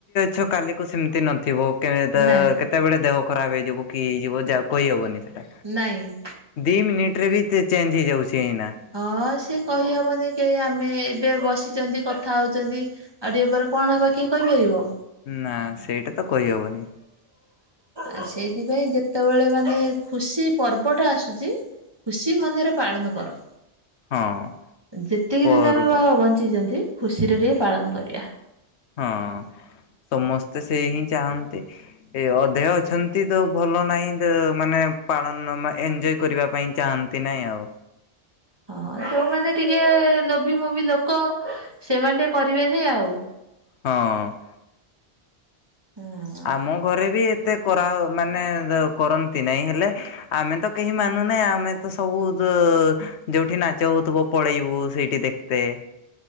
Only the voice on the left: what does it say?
ଛ କାଲିକୁ ସେମିତି ନଥିବ କେ- ତ - କେ
କେତେବେଳେ ଦେହ ଖରାପ ହେଇଯିବ କି ହେଇଯିବ ଯେ ଆଉ କହିହବନି ସେଇଟା।
ଦି ମିନିଟିରେ ବି ଚେ ଚେଞ୍ଜ ହେଇଯାଉଛି ଏଇନା।
ନା ସେଇଟା ତ କହିହେବନି।
ହଁ।
ପର୍ବ
ହଁ ସମସ୍ତେ ସେଇ ହିଁ ଚାହାନ୍ତି। ଏ ଅଧେ ଅଛନ୍ତି ତ ଭଲ ନାହିଁ ତ ମାନେ ପାଳନ ମା ଏଞ୍ଜୟ କରିବା ପାଇଁ ଚାହାନ୍ତି। ଥି ନାଇଁ ଆଉ।
ହଁ।
ଆମ ଘରେ ବି ଏତେ କରାଅ ମାନେ କରନ୍ତି ନାଇଁ ହେଲେ। ଆମେ ତ କେହି ମାନୁନେ ଆମେ ତ ସବୁ ତ ଯୋଉଠି ନାଚ ହଉଥିବ ପଳେଇବୁ ସେଇଠି ଦେଖ ସେ